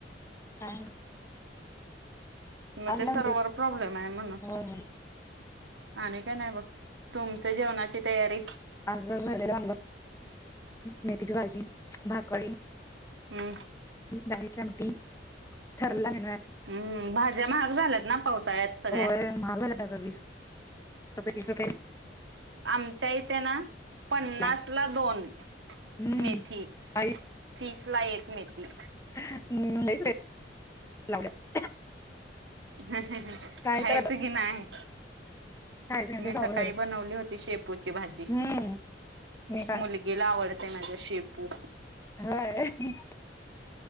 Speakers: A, on the left (about 15°); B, on the right (about 85°).
A: काय.
B: म
A: आणि
B: ते
A: काय म्हणतेस
B: सर्वर प्रॉब्लेम हाय म्हणं.
A: होय होय
B: आणि काय नाही बघ, तुमच जेवणाची तयारी?
A: आमच भरलेल वांग मेथीची भाजी, भाकळी
B: हम्म.
A: डाळीची आमटी ठरलेला मेनू हाय.
B: हम्म भाज्या महाग झाल्यात ना पावसाळ्यात सगळ्या.
A: होय महाग झाल्यात आग वीस रुपय तीस रुपय.
B: आमच्या इथे ना पन्नास
A: गेल्या
B: ला दोन.
A: हम्म
B: मेथी
A: आई
B: तीस ला एक मेथी.
A: हम्म, लईच रेट लावल्यात.
B: हं हं हं
A: काय
B: खायचं
A: तर
B: की नाय?
A: खायच तेच
B: मी सकाळी
A: अवघड झालंय.
B: बनवली होती शेपूची भाजी
A: हम्म मी का
B: मुली गीला आवडते माझ्या शेपू.
A: होय. <unintelligible>